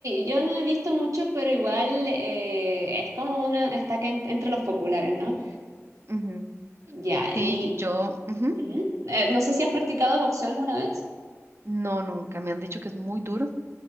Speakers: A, on the right; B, on the right.
A: Yo no he visto mucho, pero igual eh, es como una, está que en- entre los populares, ¿no?
B: Ujú.
A: Ya,
B: Sí,
A: y
B: yo, ujú,
A: ujú. Eh, no sé si has practicado boxeo alguna vez.
B: No, nunca. Me han dicho que es muy duro.